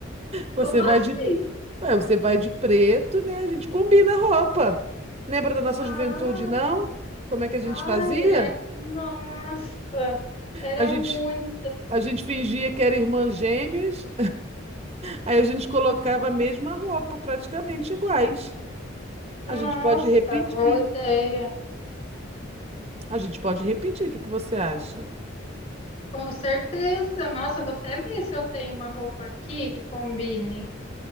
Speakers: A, on the right; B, on the left.
A: você
B: <laughs> como
A: vai
B: assim?
A: de, pre- ué, você vai de preto, né? A gente combina a roupa. Lembra da nossa
B: Ah,
A: juventude, não? Como é que a gente
B: ai,
A: fazia?
B: é. Nossa, era
A: A gente,
B: muito.
A: a gente fingia que era irmã gêmeas. Aí a gente colocava a mesma roupa, praticamente iguais.
B: Nossa,
A: A gente pode repetir.
B: boa ideia.
A: A gente pode repetir. O que que você acha?
B: Com certeza. Nossa, vou até ver se eu tenho uma roupa aqui que combine.